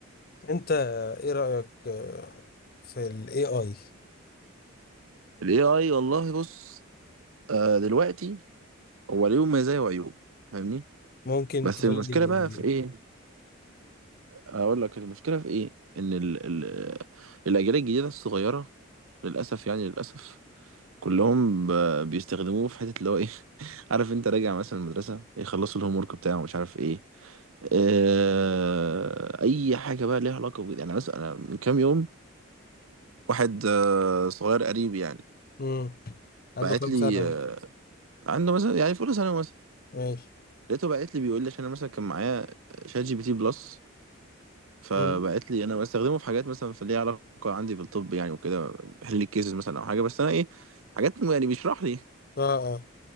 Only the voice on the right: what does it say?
<laughs> ال AI والله بص آه دلوقتي هو ليه مزايا وعيوب فاهمني
بس
المشكلة
بقى في ايه اقول لك المشكلة في ايه ان ال ال الاجيال الجديدة الصغيرة للاسف يعني للاسف كلهم ب- بيستخدموه في حتة اللي هو ايه <laughs> عارف انت راجع مثلا المدرسة يخلصوا الهوم ورك بتاعه مش عارف ايه آه، اي حاجه بقى ليها علاقه بجد يعني مثلا أنا من كام يوم واحد آه، صغير قريب يعني
بعت
لي
آه، عنده مثلا يعني في اولى ثانوي مثلا
لقيته بعت لي بيقول لي عشان انا مثلا كان معايا شات جي بي تي بلس فبعت
لي انا بستخدمه في حاجات مثلا في ليها علاقه عندي في الطب يعني وكده بحل لي الكيسز مثلا او حاجه بس انا ايه حاجات يعني بيشرح لي